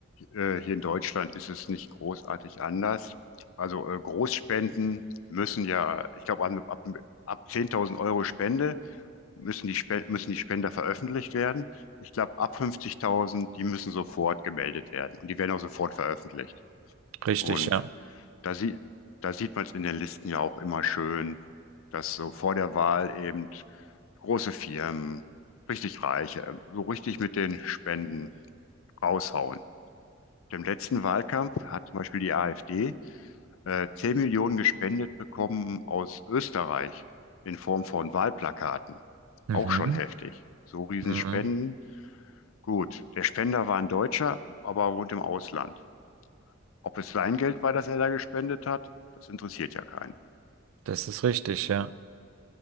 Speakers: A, on the left; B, on the right.
A: äh, hier in Deutschland ist es nicht großartig anders. Also äh, Großspenden müssen ja, ich glaube, ab, ab, ab 10.000 Euro Spende müssen die, Spe- müssen die Spender veröffentlicht werden. Ich glaube, ab 50.000, die müssen sofort gemeldet werden und die werden auch sofort veröffentlicht.
B: Richtig,
A: Und
B: ja.
A: da, sie, da sieht man es in den Listen ja auch immer schön, dass so vor der Wahl eben große Firmen, richtig Reiche, ähm, so richtig mit den Spenden raushauen. Im letzten Wahlkampf hat zum Beispiel die AfD äh, 10 Millionen gespendet bekommen aus Österreich in Form von Wahlplakaten.
B: Mhm.
A: Auch schon heftig. So Riesenspenden.
B: Mhm.
A: Gut, der Spender war ein Deutscher, aber wohnt im Ausland. Ob es sein Geld war, das er da gespendet hat, das interessiert ja keinen.
B: Das ist richtig, ja.